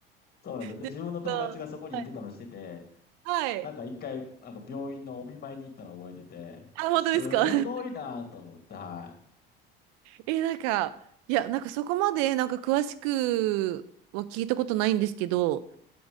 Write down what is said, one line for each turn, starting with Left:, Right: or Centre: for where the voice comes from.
Left: そうなんですよ。で、
Right: で、
Left: 自分の友達がそこに行ってたのしてて、
Right: なんか、はい。はい
Left: なんか一回、なんか病院のお見舞いに行ったのを覚えてて、
Right: あ、本当ですか
Left: すごいなと思って、
Right: <laughs>
Left: は
Right: え、なんか、いや、なんかそこまで、なんか詳しくは聞いたことないんですけど、